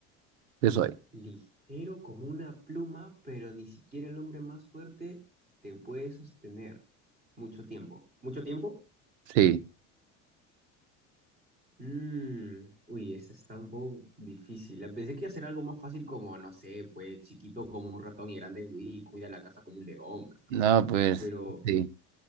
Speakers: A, on the right; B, on the right.
A: ¿Qué soy?
B: Ligero como una pluma, pero ni siquiera el hombre más fuerte te puede sostener. Mucho tiempo. ¿Mucho tiempo?
A: Sí,
B: Mm, uy, esa está un poco difícil. Pensé que iba a ser algo más fácil como, no sé, pues chiquito como un ratón y grande y cuida la casa como un león, pues, ¿no?
A: no, pues
B: Pero,
A: sí,